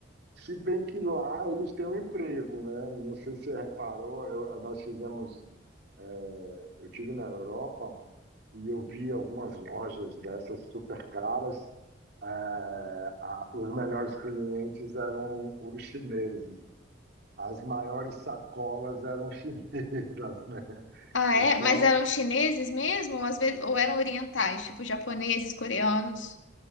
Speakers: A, on the right; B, on the left.
A: se bem que lá eles têm um emprego, né? Não sei se você reparou, eu- nós fizemos, é, eu tive na Europa e eu vi algumas lojas dessas super caras. É, a- os melhores clientes eram os chineses. as maiores sacolas eram <laughs> chinesas, né?
B: Ah, é?
A: Então,
B: Mas eram chineses mesmo? Ou Às vezes, ou eram orientais, tipo japoneses, coreanos?